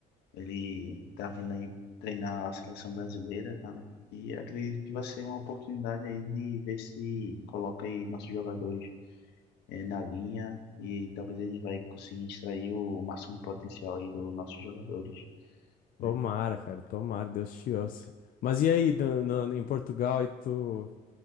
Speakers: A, on the left (about 80°); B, on the left (about 55°).
A: ele tá vindo aí treinar a seleção brasileira, cara. E acredito que vai ser uma oportunidade aí de ver se coloca aí nossos jogadores eh, na linha e talvez eles vai conseguir extrair o máximo potencial aí dos nossos jogadores,
B: Tomara,
A: né?
B: cara, tomara, Deus te ouça. Mas e aí, no- no- em Portugal, aí tu.